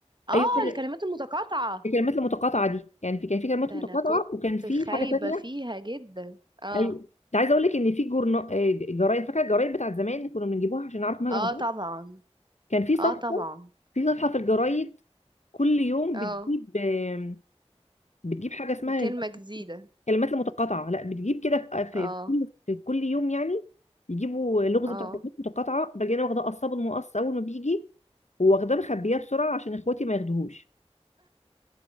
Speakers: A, on the right (about 40°); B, on the left (about 90°).
A: اه
B: أيوة كده
A: الكلمات المتقاطعه
B: الكلمات المتقاطعة دي يعني في كان في كلمات
A: ده
B: متقاطعة
A: انا كنت
B: وكان في
A: خايبه
B: حاجة تانية
A: فيها جدا اه
B: أيوة انت عايزة أقول لك إن في جورنا إيه، جرايد فاكرة الجرايد بتاعت زمان كنا بنجيبوها عشان نعرف مال الأخبار
A: اه طبعا
B: كان في صفحة
A: اه طبعا
B: في صفحة في الجرايد كل يوم
A: اه
B: بتجيب آم، بتجيب حاجة اسمها
A: كلمه جديده
B: كلمات المتقاطعه لا بتجيب كده في, في,
A: اه
B: في في كل يوم يعني يجيبوا لغز
A: اه
B: بتاع كلمات متقاطعه باجي انا واخداه قصاب المقص اول ما بيجي واخداه مخبياه بسرعه عشان اخواتي ما ياخدوهوش